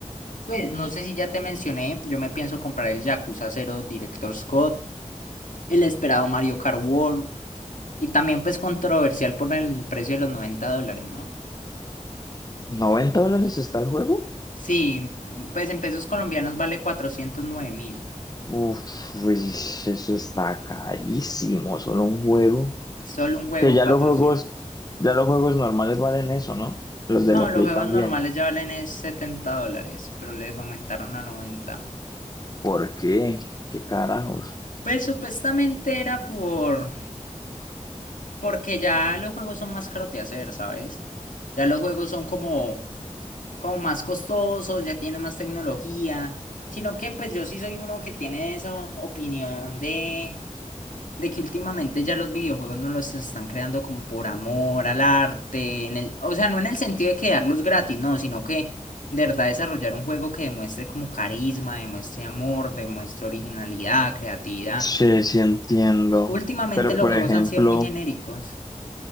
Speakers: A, on the left; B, on the left.
A: Pues no sé si ya te mencioné, yo me pienso comprar el Yakuza 0 Director Scott, el esperado Mario Kart World, y también pues controversial por el precio de los noventa dólares, ¿no?
B: noventa dólares está el juego?
A: Sí, pues en pesos colombianos vale cuatrocientos nueve mil,
B: Uf, uy, eso está carísimo, solo un juego.
A: solo un juego
B: Que ya
A: 400.
B: los juegos, ya los juegos normales valen eso, ¿no? Los
A: No,
B: de la
A: los
B: Play
A: juegos
B: también.
A: normales ya valen es 70 dólares, pero les aumentaron a 90.
B: ¿Por qué? ¿Qué carajos?
A: Pues supuestamente era por Porque ya los juegos son más caros de hacer, ¿sabes? Ya los juegos son como, como más costosos, ya tienen más tecnología. Sino que pues yo sí soy uno que tiene esa opinión de, de que últimamente ya los videojuegos no los están creando como por amor al arte. En el, o sea, no en el sentido de quedarlos gratis, no, sino que de verdad desarrollar un juego que demuestre como carisma, demuestre amor, demuestre originalidad, creatividad.
B: Sí, sí entiendo.
A: Últimamente
B: Pero
A: los
B: por
A: juegos
B: ejemplo,
A: han sido muy genéricos.